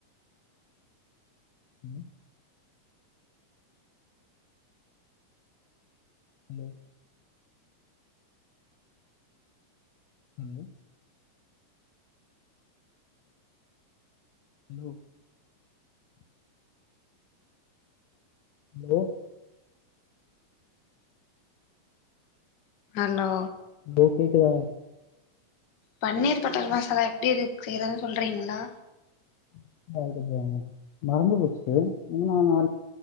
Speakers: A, on the left; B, on the left.
A: உம் hello hello hello hello
B: hello
A: ஏ கேக்குதா
B: பன்னீர் பட்டர் மசாலா எப்டி இரு செய்றதுன்னு சொல்றீங்களா
A: <unintelligible> மறந்து போச்சு இன்னு நா